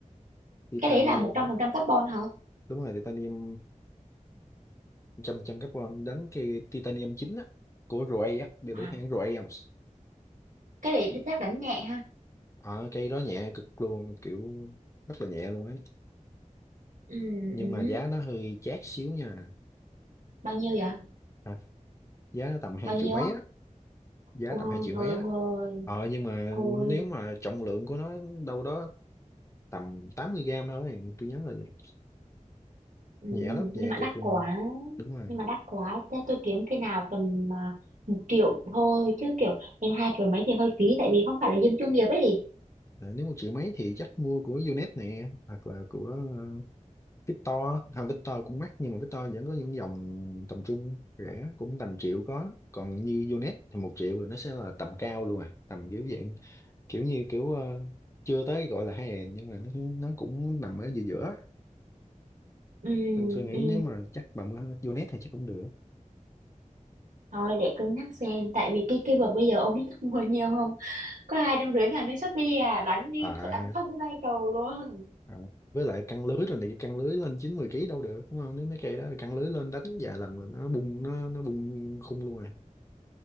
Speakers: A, on the left; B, on the right.
A: titanium
B: cái đấy là một trăm
A: à,
B: phần trăm carbon hả
A: đúng rồi titanium trăm trăm carbon đánh cây titanium chính á của ROA á đều
B: à,
A: biết hãng ROA không
B: cái đấy chắc đánh nhẹ ha
A: Ờ, cây đó nhẹ cực luôn kiểu rất là nhẹ luôn ấy
B: ừ,
A: nhưng
B: ừ.
A: mà
B: hứ.
A: giá nó hơi chát xíu nha
B: bao nhiêu vậy
A: à, giá nó tầm hai
B: bao nhiêu
A: triệu mấy
B: á
A: á giá
B: ôi
A: tầm hai triệu
B: thôi
A: mấy á
B: ông ơi
A: ờ nhưng mà
B: thôi
A: nếu mà trọng lượng của nó đâu đó tầm 80 gram thôi tôi nhớ là vậy
B: ừ.
A: nhẹ lắm nhẹ
B: nhưng mà đắt
A: cực luôn
B: quá
A: đúng rồi
B: nhưng mà đắt quá thế tôi kiếm cái nào tầm à, một triệu thôi chứ kiểu lên hai triệu mấy thì hơi phí tại vì không phải là dân chuyên nghiệp ấy
A: Ờ, nếu một triệu mấy thì chắc mua của Unet nè hoặc là của ờ, Victor à, Victor cũng mắc nhưng mà Victor vẫn có những dòng tầm trung rẻ cũng tầm triệu có còn như Unet thì một triệu rồi nó sẽ là tầm cao luôn à tầm kiểu dạng kiểu như kiểu ờ, chưa tới gọi là hè nhưng mà nó, nó cũng nằm ở giữa giữa
B: ừ,
A: nên tôi nghĩ
B: ừ.
A: nếu mà chắc bà mua Unet thì chắc cũng được
B: thôi để cân nhắc xem tại vì cái cái vợt bây giờ ông biết <laughs> mua nhiều không có hai trăm rưỡi ngàn lên Shopee à đánh như
A: à,
B: đánh không có bay cầu luôn
A: à với lại căng lưới rồi này căng lưới lên chín mười ký đâu được đúng không nếu mấy cây đó căng lưới lên đánh vài lần là nó bung nó nó bung khung luôn à